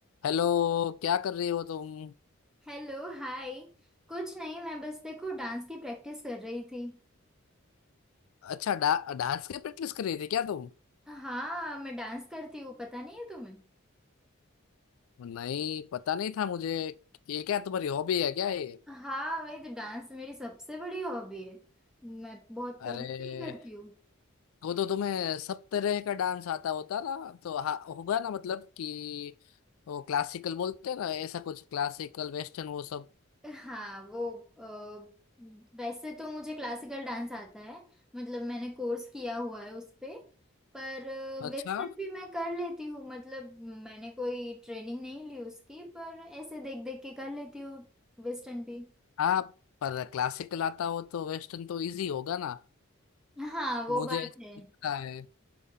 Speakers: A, on the left; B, in the centre.
A: हेलो क्या कर रहे हो तुम
B: Hello hi कुछ नहीं मैं बस देखो डांस की प्रैक्टिस कर रही थी
A: अच्छा डा, डांस की प्रैक्टिस कर रही थी क्या तुम
B: हाँ मैं डांस करती हूँ पता नहीं है तुम्हें
A: नहीं पता नहीं था मुझे ये क्या तुम्हारी हॉबी है क्या ये
B: हाँ वही तो डांस मेरी सबसे बड़ी हॉबी है मैं बहुत पहले
A: अरे
B: से ही करती हूँ
A: तो तो तुम्हें सब तरह का डांस आता होता ना तो हा- होगा ना मतलब कि वो क्लासिकल बोलते हैं ना ऐसा कुछ क्लासिकल वेस्टर्न वो सब
B: हाँ वो अ, वैसे तो मुझे क्लासिकल डांस आता है मतलब मैंने कोर्स किया हुआ है उस पे पर
A: अच्छा
B: वेस्टर्न भी मैं कर लेती हूँ मतलब मैंने कोई ट्रेनिंग नहीं ली उसकी पर ऐसे देख देख के कर लेती हूँ वेस्टर्न भी
A: हाँ पर क्लासिकल आता हो तो वेस्टर्न तो इजी होगा ना
B: हाँ वो
A: मुझे
B: बात है
A: लगता है